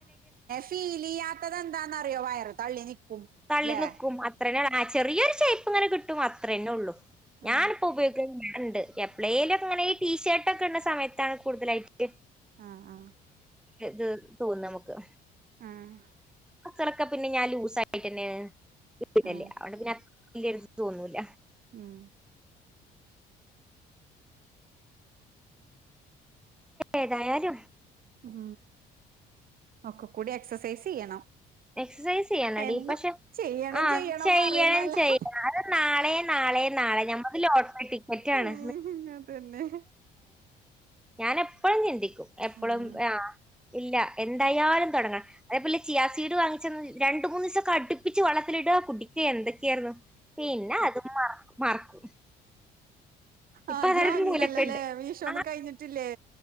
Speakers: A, on the right; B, in the centre.
A: ഫീലെയ്യാത്തത് എന്താന്നറിയോ വയറ് തള്ളി നിക്കും.
B: തള്ളി
A: ല്ലേ
B: നിക്കും അത്രന്നെ ചെറിയൊരു ഷേപ്പ് ഇങ്ങന കിട്ടും അത്രന്നെ ഉള്ളൂ ഞാനിപ്പോ
A: ആ
B: ഉപയോ ണ്ട് എപ്ലേലു അങ്ങനെ ഈ ടീഷർട്ട് ഒക്കെ ഇടണ സമയത്താണ് കൂടുതലായിട്ട്.
A: ആഹ് ആഹ്
B: ഇത് തോന്നുന്നേ നമുക്ക്
A: ആഹ്
B: ച്ചറക്ക പിന്നെ ഞാൻ ലൂസായിട്ടന്നെ ഇടല്
A: ആ
B: അതോണ്ട് പിന്നെ അതില്ലേലും തോന്നൂല.
A: ഉം
B: ഏതായാലും
A: ഉം ഓക്കെ കൂടി എക്സസൈസ് ചെയ്യണം.
B: എക്സസൈസ് ചെയ്യാനോ
A: എന്നും
B: ഡീ പക്ഷെ
A: ചെയ്യണം
B: ആഹ് ചെയ്യണം
A: പറയുന്നല്ലാതെ
B: ചെയ്യ. ഞാന് നാളെ നാളെ നാളെ ഞമ്മക്ക് ലോട്ടറി ടിക്കറ്റാണ്.
A: ഉം അതന്നെ
B: ഞാൻ എപ്പഴും ചിന്തിക്കും എപ്പഴും
A: ഉം
B: ആഹ്. ഇല്ല എന്തായാലും തുടങ്ങണം അതേപോലെ ചിയ ചീട് വാങ്ങിച്ച രണ്ട് മൂന്നീസം ഒക്കെ അടുപ്പിച്ച് വളളത്തിലിട കുടിക്ക എന്തൊക്കെയാര്ന്നു. പിന്നെ അതും മറ മറക്കും. ഇപ്പൊ
A: ആഹ്
B: അതൊരു
A: ജ് വാങ്ങീനല്ലോല്ലേ
B: മൂലക്കുണ്ട്
A: മീഷോന്നും
B: ആഹ്
A: കയിഞ്ഞിട്ടില്ലേ